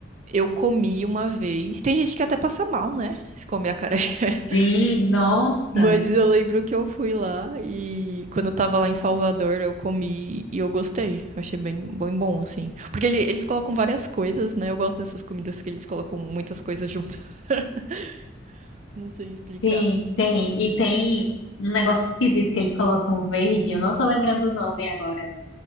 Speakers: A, on the right; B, on the left.
A: Eu comi uma vez. Tem gente que até passa mal, né? Se comer acarajé. <laughs>
B: Sim, nossa.
A: Mas eu lembro que eu fui lá e quando eu tava lá em Salvador, eu comi e eu gostei. Eu achei bem, bem bom, assim. Porque ele- eles colocam várias coisas, né? Eu gosto dessas comidas que eles colocam muitas coisas juntas. <laughs> Não sei explicar.
B: Sim, tem. E tem um negócio esquisito que eles colocam verde. Eu não tô lembrando o nome agora.